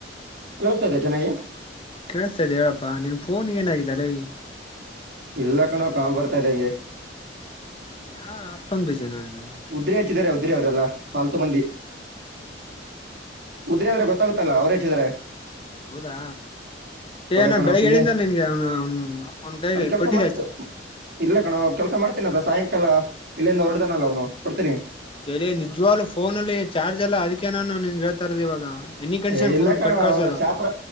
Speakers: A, on the right (about 60°); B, on the left (about 30°).
A: ಕಸತ ಚೆನಗೆ
B: ಕೇಳಿಸತದೆ ಹೇಳಪ್ಪಾ ನಿನ್ ಫೋನ್ ಏನಾಗಿದ್ದಲ್ಲ
A: ಇಲ್ಲಕ್ಕಣಾವ್ ಕಾಲ್ ಬರ್ತಾ ಇದ್ದ ಹೆಂಗೆ
B: ಯಾ ಅಷ್ಟೊಂಗ್ ಬೀಜ ನಾನ
A: ಉದ್ರಿ ಹಚ್ಚಿದಿದ್ದಾರೆ ಉದ್ರಿ ಅವರೆಲ್ಲಾ ಪಾಲ್ತು ಮಂದಿ ಉುದ್ರೆ ಆದ್ರೆ ಗೊತ್ತಾಗುತ್ತಲ್ಲ ಅವ್ರ ಹೆಚ್ಚಿದ್ರೆ
B: ಹೌದಾ ಪೇನ
A: ಕಣೋ
B: ಬೆಳಿಗ್ಗೆ
A: ಸುಮ್ನೆ
B: ಹೇಳಿದ ನಿನ್ಗೆ ಅವನು ಅವನ್ ಅವನ್ ಕಾಯಗೆ
A: ಅದ ಕೆಲ್ಸ
B: ಕೊಟ್ಟಿದ್ದ
A: ಮಾಡ್ತ
B: ಆಚೆ
A: ಇಲ್ಲ ಕಣೋ ಕೆಲ್ಸ ಸಾಯಂಕಾಲ ಇಲ್ಲಿಂದ <unintelligible> ಅವ್ನು ಕೊಡ್ತೇನೆ
B: ಎಲ್ಲಿ ನಿಜ್ವಾಗ್ಲುೂ ಫೋನ ಅಲ್ಲಿ ಚಾರ್ಜ್ ಎಲ್ಲಾ ಅದಕ್ಕೇನಾನ ನೀನ್ ಹೇಳ್ತಾ ಇರೋದ ಇವಾಗ ಎನಿ ಕಂಡೀಷನ್
A: ಏ ಇಲ್ಲ
B: ಫೋನ್
A: ಕಣೋ
B: ಕಟ್ಕಳ್ಸೋದು
A: ಅವನು ಶಾಪುರ